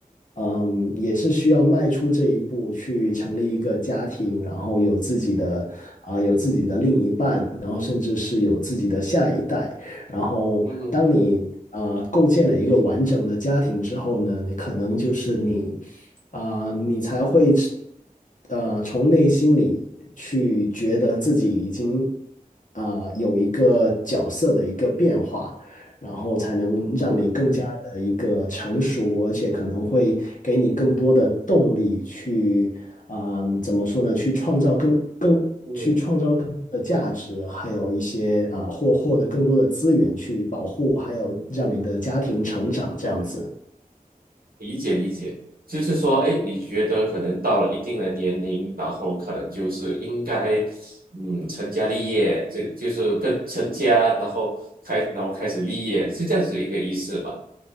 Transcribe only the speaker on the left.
嗯，也是需要迈出这一步，去成立一个家庭，然后有自己的啊、有自己的另一半，然后甚至是有自己的下一代。然后当你呃构建了一个完整的家庭之后呢，
你可能就是你啊、呃你才会呃从内心里去觉得自己已经啊、呃有一个角色的一个变化。然后才能让你更加的一个成熟，
而且可能会给你更多的动力去，嗯，怎么说呢？去创造更更去创造更多的价值，
还有一些啊，获获得更多的资源去保护，还有让你的家庭成长这样子。